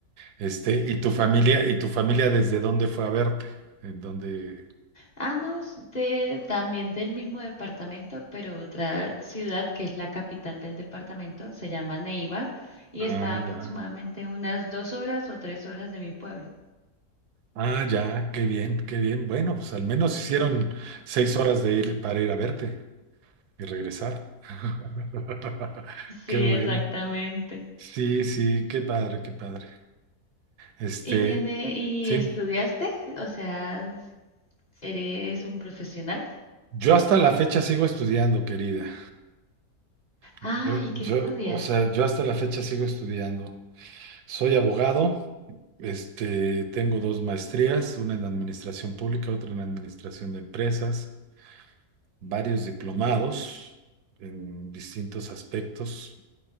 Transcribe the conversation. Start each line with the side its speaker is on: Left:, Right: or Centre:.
Right: Este, ¿y tu familia, y tu familia desde dónde fue a verte? ¿En dónde?
Left: Ah, no, es de, también del mismo departamento, pero otra ciudad que es la capital del departamento se llama Neiva y
Right: Ah,
Left: está aproximadamente
Right: ya.
Left: unas dos horas o tres horas de mi pueblo.
Right: Ah, ya, qué bien, qué bien. Bueno, pues al menos hicieron seis horas de ir para ir a verte y regresar. <laughs>
Left: Sí,
Right: Qué bueno.
Left: exactamente.
Right: Sí, sí, qué padre, qué padre. Este,
Left: ¿Y tiene, y
Right: sí,
Left: estudiaste? O sea, ¿eres un profesional?
Right: yo hasta la fecha sigo estudiando, querida. Yo,
Left: Ah, ¿y qué
Right: yo,
Left: estudias?
Right: o sea, yo hasta la fecha sigo estudiando. Soy abogado, este, tengo dos maestrías, una en administración pública, otra en administración de empresas, varios diplomados en distintos aspectos